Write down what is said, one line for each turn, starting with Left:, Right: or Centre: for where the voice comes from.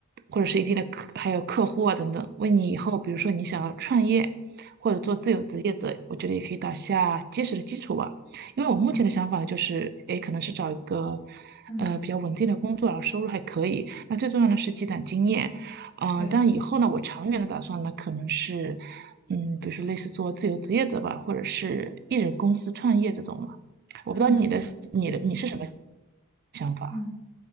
Right: 或者是一定的客，还有客户啊等等，为你以后比如说你想要创业。或者做自由职业者，
Left: 嗯
Right: 我觉得也可以打下结实的基础吧。因为我目前的想法就是，
Left: 嗯
Right: 诶，可能是找一个
Left: 嗯
Right: 呃比较稳定的工作，然后收入还可以。那最重要的是积攒经验，嗯、
Left: 对。
Right: 但以后呢，我长远的打算呢，可能是嗯，比如说类似做自由职业者吧，或者是一人公司创业这种嘛。我不知道你的你的你是什么
Left: 嗯
Right: 想法？
Left: 嗯。